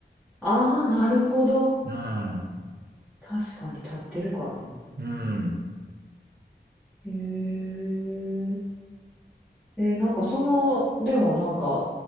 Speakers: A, in the centre; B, on the right.
A: ああー、なるほど。
B: うん。
A: 確かに立ってるからな。
B: うん。
A: へえ。えー、なんかその、でもなんか